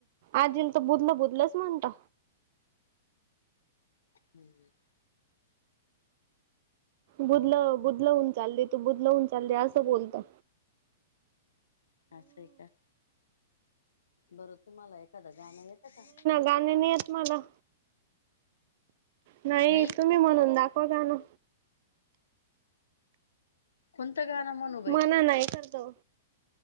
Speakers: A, on the right (about 55°); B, on the left (about 85°).
A: आजीला तर बुदलं बुदलंच म्हणता.
B: <unintelligible>
A: बुदलं बुदलं होऊन चालली तू, बुदल होऊन चालली असं बोलता.
B: आसय का? बरं तुम्हाला एखादं गाणं येतं का?
A: गाणं नाइ येते मला. नही
B: नाही
A: तुम्ही म्हणून दाखवा गाणं.
B: कोंनत गाणं म्हणु?
A: म्हनाना एखादं.